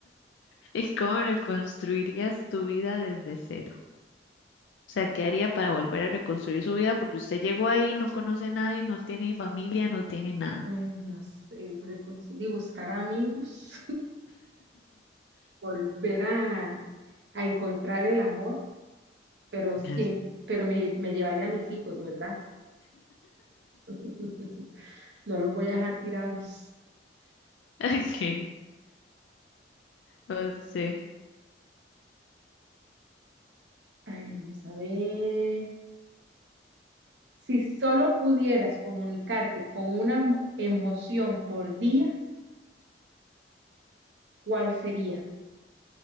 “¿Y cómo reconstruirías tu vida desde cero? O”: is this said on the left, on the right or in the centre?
Left